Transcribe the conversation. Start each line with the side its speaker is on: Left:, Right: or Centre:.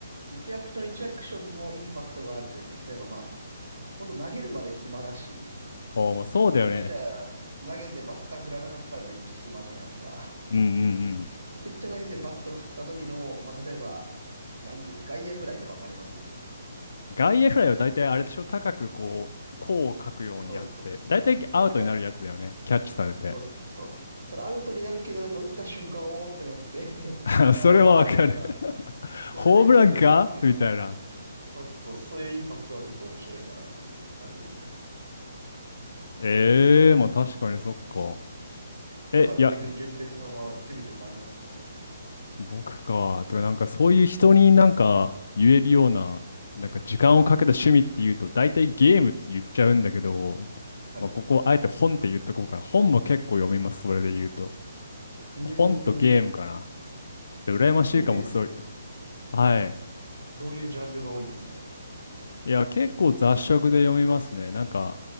Right: 一アクション一アクションのインパクトがあるというか、例えばまあ、本当投げるまで暇だし、
Left: おー、まあ、そうだよね。
Right: で、ピッチャー投げてバッター振らなかったらめっちゃ暇じゃないですか。
Left: うんうんうん。
Right: <laughs> でピッチャー投げてバット振った時の、まあ、例えば、なんていうんですか、外野フライとかわかります
Left: 外野フライを大体あれでしょ高くこう、弧を書くようにやって、
Right: あ、そうそう。
Left: 大体アウトになるやつだよね。
Right: なんか
Left: キャッチされて。
Right: そうっすね、そうっすね。それアウトになるけど、やっぱ打った瞬間、おーってなって <laughs>
Left: <laughs>
Right: あ、
Left: それはわかる。
Right: なんだ、アウトか、とか。
Left: <laughs>
Right: そういうなんか一球一球の、
Left: ホームランかみたいな。
Right: そうそう、そういうインパクトは結構面白いかなっていう感じですね。
Left: ええー、まあ確かにそっか。え、
Right: なんか逆に順平さんは趣味とかありますか
Left: いや、僕か。とか、なんかそういう人になんか言えるような、なんか時間をかけた趣味っていうと、
Right: はい、
Left: 大体ゲームって言っちゃうんだけど、
Right: はい。
Left: まあここあえて本って言っとこうかな。本も結構読みます、それで言うと。
Right: うー
Left: 本とゲームかな。
Right: ん、
Left: 羨ましいかも、
Right: 本で言うと、
Left: すごい。はい。
Right: どういうジャンルが多いんですか
Left: いや、結構雑食で読みますね。なんか、